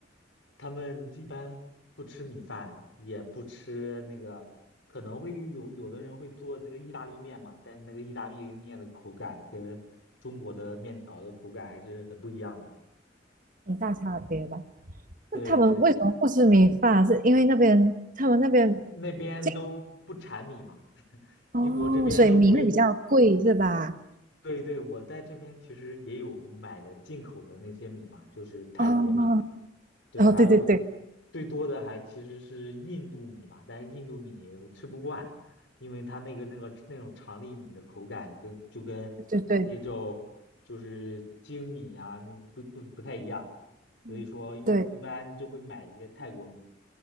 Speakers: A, on the left; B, on the right.
A: 他们一般不吃米饭，也不吃那个，可能会有有的人会做那个意大利面嘛，但是那个意大利面的口感跟中国的面条的口感还是很不一样的。
B: 很大差别吧？
A: 对对，
B: 那他们为什么不吃米饭啊？是因为那边他们那边
A: 那边都不产米嘛，
B: 进
A: <laughs>
B: 哦，
A: 英国这边的唯
B: 所以米会比较贵是吧？
A: 对对，我在这边其实也有买的进口的那些米嘛，就是泰国米，
B: 哦
A: 对，
B: 哦，
A: 还有
B: 对对对
A: 最多的还其实是印度米嘛，但是印度米吃不惯，因为它那个那个那种长粒米的口感跟就跟那种就是精米啊那不不不太一样，
B: 对对对，
A: 所以说一一般就会买一些泰国米，
B: 嗯，对，